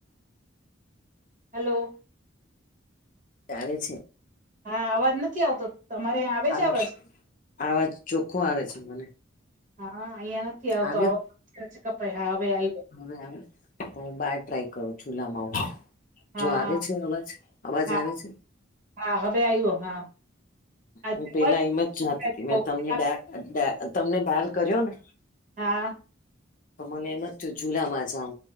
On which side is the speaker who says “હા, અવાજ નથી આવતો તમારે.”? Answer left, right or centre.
Right